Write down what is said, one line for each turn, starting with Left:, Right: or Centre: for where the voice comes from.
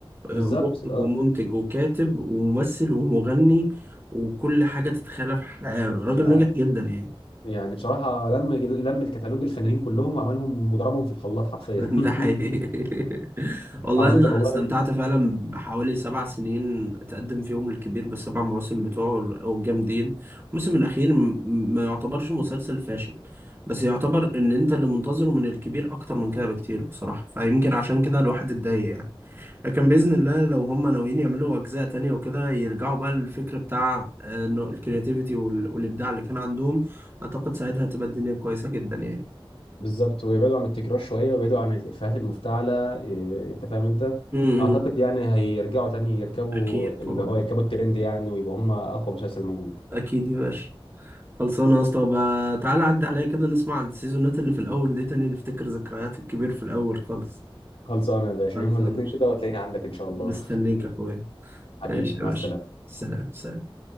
Right: آه،
Left: بالظبط
Right: مخرج
Left: اه
Right: ومنتج وكاتب وممثل ومغني وكل حاجة تتخيلها في حياة راجل
Left: يع-
Right: ناجح جدا يعني
Left: يعني بصراحه لم لم الكتالوج الفنانين كلهم وعملهم وضربهم في الخلاط حرفيا
Right: <laughs>
Left: <laughs>
Right: ده حقيقي <laughs> والله
Left: عامه
Right: انا
Left: والله
Right: استمتعت فعلا بحوالي سبع سنين اتقدم فيهم الكبير بالسبع مواسم بتوعه او الجامدين الموسم الاخير م- ما يعتبرش مسلسل فاشل بس يعتبر ان انت اللي منتظره من الكبير اكتر من كده بكتير بصراحة فيمكن عشان كده الواحد اتضايق يعني لكن باذن الله لو هم ناويين يعملوا اجزاء تانية وكده يرجعوا بقى للفكر بتاع آه، انه الكرياتيفيتي وال- والابداع اللي كان عندهم اعتقد ساعتها هتبقى الدنيا كويسة جدا يعني
Left: بالظبط ويبعدوا عن التكرار شويه ويبعدوا عن الافيهات المفتعله إيه، انت فاهم انت
Right: امم
Left: اعتقد يعني هيرجعوا تاني يركبوا
Right: اكيد طبعا
Left: اللي هو يركبوا الترند يعني ويبقوا هم اقوى مسلسل موجود
Right: اكيد يا باشا خلصانه يا اسطى وبقى تعالى عدي عليا كده نسمع السيزونات اللي في الاول دي تاني نفتكر ذكريات الكبير في الاول خالص
Left: خلصانه يا باشا
Right: خلصانه
Left: يوم الاثنين كده وتلاقيني عندك ان شاء الله
Right: مستنيك يا اخويا
Left: <laughs> حبيبي
Right: ماشي يا
Left: مع
Right: باشا
Left: السلامه
Right: سلام سلام